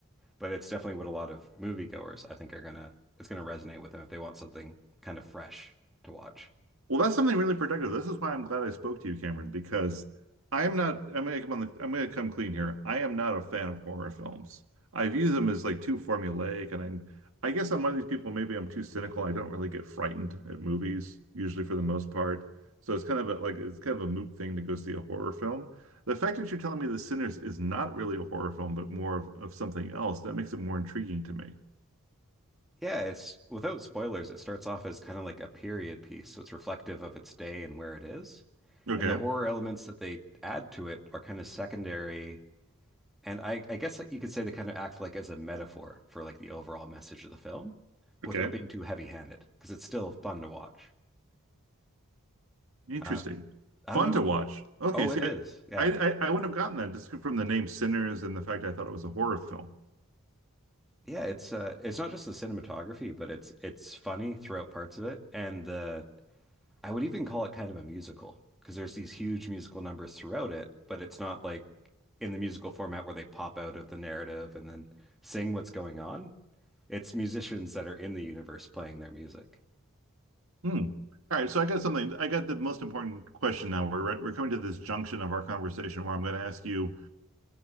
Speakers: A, in the centre; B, on the right.
A: but it's definitely what a lot of moviegoers I think are going to it's going to resonate with them if they want something kind of fresh to watch.
B: Well, that's something really productive. This is why I'm glad I spoke to you, Cameron, because I am not, I'm gonna come on the, I'm gonna come clean here. I am not a fan of horror films. I view them as like too formulaic, and I'm, I guess I'm one of these people, maybe I'm too cynical. I don't really get frightened at movies, usually for the most part. So it's kind of a, like, it's kind of a moot thing to go see a horror film. The fact that you're telling me The Sinners is not really a horror film, but more of, of something else, that makes it more intriguing to me.
A: Yeah, it's without spoilers, it starts off as kind of like a period piece, so it's reflective of its day and where it is.
B: Okay.
A: And the horror elements that they add to it are kind of secondary And I, I guess you could say they kind of act like as a metaphor for like the overall message of the film without
B: Okay.
A: being too heavy-handed because it's still fun to watch.
B: Interesting.
A: Uh, I
B: Fun
A: don't know.
B: to watch. Okay,
A: Oh,
B: see,
A: it is. Yeah.
B: I, I, I wouldn't have gotten that just from the name Sinners and the fact I thought it was a horror film.
A: Yeah, it's uh it's not just the cinematography, but it's it's funny throughout parts of it and the I would even call it kind of a musical because there's these huge musical numbers throughout it, but it's not like in the musical format where they pop out of the narrative and then sing what's going on. It's musicians that are in the universe playing their music.
B: Hmm. All right, so I got something. I got the most important question now. We're we're coming to this junction of our conversation where I'm going to ask you.